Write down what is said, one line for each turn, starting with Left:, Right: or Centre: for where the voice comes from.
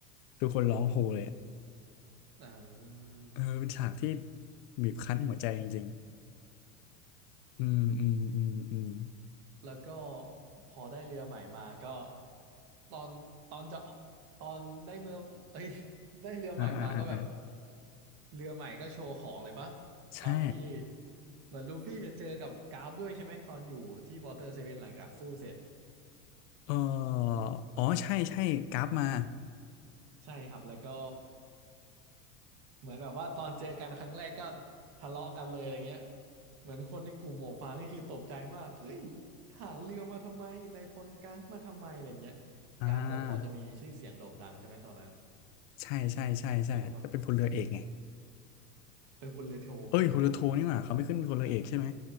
Left: ทุกคนร้องโฮเลย
Right: อ่า
Left: เออเป็นฉากที่บีบคั้นหัวใจจริงๆอืมอืมอืมอืม
Right: แล้วก็พอได้เรือใหม่มาก็ตอนตอนจะตอนได้เมื่อเอ้ย <laughs> ได้เรือใหม่มาก็แบบ
Left: อ่าอ่าอ่าอ่า
Right: เรือใหม่ก็โชว์ของเลยปะ
Left: ใช่
Right: ตอนที่เหมือนลูฟี่จะเจอกับกราฟด้วยใช่ไหมตอนอยู่ที่วอเตอร์เซเว่นหลังจากสู้เสร็จ
Left: เอออ๋อใช่ใช่กราฟมา
Right: ใช่ครับแล้วก็ เหมือนแบบว่าตอนเจอกันครั้งแรกก็ทะเลาะกันเลยอะไรเงี้ยเหมือนคนในกลุ่มหมวกฟางนี่คือตกใจมากเอ้ยทหารเรือมาทำไมนายพลกราฟมาทำไมอะไรเงี้ย
Left: อ่า
Right: กราฟก็พอจะมีชื่อเสียงโด่งดังใช่ไหมตอนนั้น
Left: ใช่ใช่ใช่ใช่แล้วเป็นพลเรือเอกไง
Right: แล้วแบบเป็นพลเรือโทพลเรือโท
Left: เอ้ยพลเรือโทนี่หว่าเขาไม่ขึ้นเป็นพลเรือเอกใช่ไหม
Right: อ่ะ